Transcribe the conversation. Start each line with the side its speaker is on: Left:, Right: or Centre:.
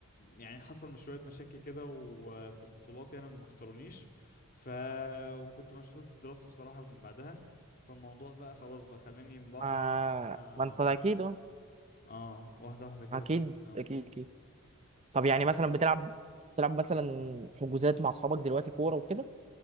Left: يعني حصل مش شوية مشاكل كده وفي البطولات يعني ما اختارونيش ف وكنت مشغول في الدراسة بصراحة من بعدها فالموضوع بقى خلاص بقى خلاني واحدة
Right: آه،
Left: واحدة ان انا
Right: ما انت اكيد اه
Left: اه واحدة واحدة كده
Right: اكيد
Left: خلاني
Right: اكيد اكيد طب يعني مثلا بتلعب بتلعب مثلا حجوزات مع اصحابك دلوقتي كوره وكده